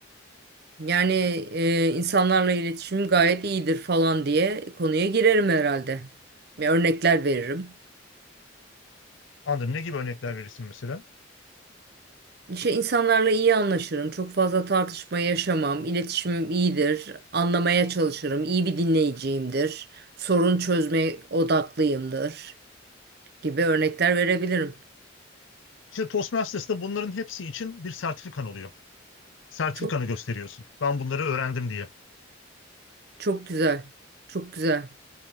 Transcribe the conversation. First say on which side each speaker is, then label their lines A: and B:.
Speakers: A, on the right; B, on the left.
A: Yani e, insanlarla iletişim gayet iyidir falan diye konuya girerim herhalde. Ve örnekler veririm.
B: Anladım. Ne gibi örnekler verirsin mesela?
A: İşte insanlarla iyi anlaşırım. Çok fazla tartışma yaşamam. İletişimim iyidir. Anlamaya çalışırım. İyi bir dinleyiciyimdir. Sorun çözme odaklıyımdır. gibi örnekler verebilirim.
B: İşte Toastmasters'ta bunların hepsi için bir sertifikan oluyor. Sertifikanı
A: Çok
B: gösteriyorsun. Ben bunları öğrendim diye.
A: çok güzel. Çok güzel.